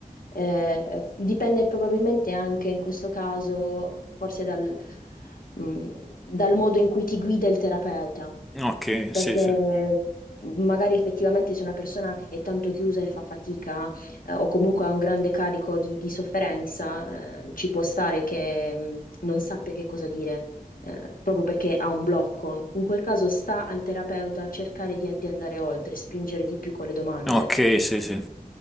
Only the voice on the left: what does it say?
Eh, dipende probabilmente anche in questo caso, forse dal, mh, dal modo in cui ti guida il terapeuta
perché
mhmm, magari effettivamente se una persona è tanto chiusa e fa fatica, eh, o comunque ha un grande carico di, di sofferenza, eh, ci può stare che mh, non sappia che cosa dire, eh, proprio perché ha un blocco. In quel caso sta al terapeuta a cercare di, di andare oltre, spingere di più con le domande.